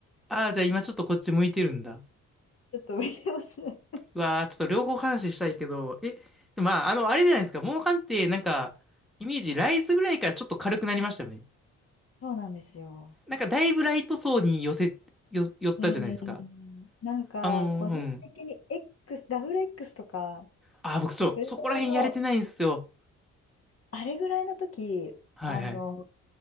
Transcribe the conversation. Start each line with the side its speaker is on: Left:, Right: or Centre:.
Centre: ああ、じゃあ今ちょっとこっち向いてるんだ。
Left: ちょっと浮いてますね。
Centre: うわあ、ちょっと両方話したいけど、え、でまあ、あの、あれじゃないですか。モンハンってなんか、イメージ、ライズぐらいからちょっと軽くなりましたよね。
Left: そうなんですよ。
Centre: なんかだいぶライト層に寄せ、よ、寄ったじゃないですか。
Left: うん。なんか、
Centre: あのー、
Left: 個人的に
Centre: うん。
Left: X、ダブル X とか、
Centre: ああ、僕そう、
Left: それぐらいの、
Centre: そこら辺やれてないんですよ。
Left: あれぐらいの時、
Centre: はいはい。
Left: あの、